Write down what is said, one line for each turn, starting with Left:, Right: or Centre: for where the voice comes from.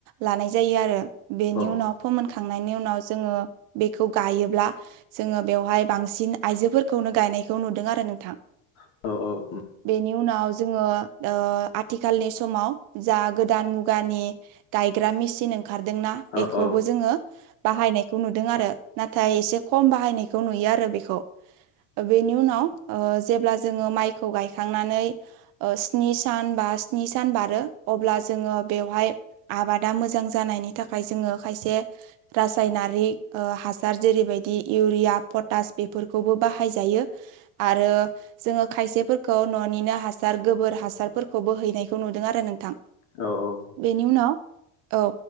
Right: लानाय जायो आरो बेनि
Left: औ
Right: उनाव
Left: उम औ उम औ
Right: फोमोन खांनायनि उनाव जोङो बेखौ गायोब्ला जोङो बेयावहाय बांसिन आयजोफोरखौनो गाय नायखौ नुदों आरो नोंथां।
Left: उम औ
Right: बेनि उनाव जोङो आथिखालनि समाव जा गोदान मु गानि गायग्रा मेचिन ओंखारदोंना
Left: औ
Right: बेखौबो जोङो बाहायनायखौ नुदों आरो नाथाय एसे खम बाहायनायखौ नुयो आरो बेखौ। बेनि उनाव जेब्ला जोङो माइखौ गायखांनानै स्नि सान बा स्नि सान बारो अब्ला जोङो बेवहाय आबादा मोजां जानायनि थाखाय जोङो खायसे रासायनारि हासार जेरैबायदि इउरिया, पतास बेफोरखौबो बाहाय जायो आरो जोङो खायसेफोरखौ न'निनो हासार गोबोर हासारफोरखौबो हैनायखौ नुदों आरो नोंथां।
Left: औ औ।
Right: बेनि उनाव औ